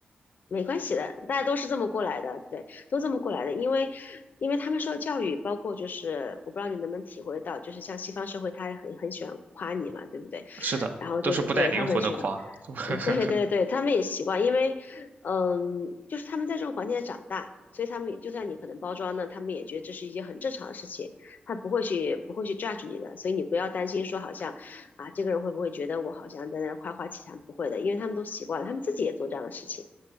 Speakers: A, on the left; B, on the right.
A: 没关系的，大家都是这么过来的，对，都这么过来的。因为因为他们受的教育，包括就是我不知道你能不能体会到，就是像西方社会，他很很喜欢夸你嘛，对不对？
B: 是的，
A: 然后就是对他很喜欢，
B: 都是不带灵魂的夸。<laughs>
A: 嗯，对对对，他们也习惯，因为嗯，就是他们在这种环境下长大，所以他们也就算你可能包装呢，他们也觉得这是一件很正常的事情，他不会去不会去 judge 你的，所以你不要担心说好像啊这个人会不会觉得我好像在那儿夸夸其谈，不会的，因为他们都习惯了，他们自己也做这样的事情，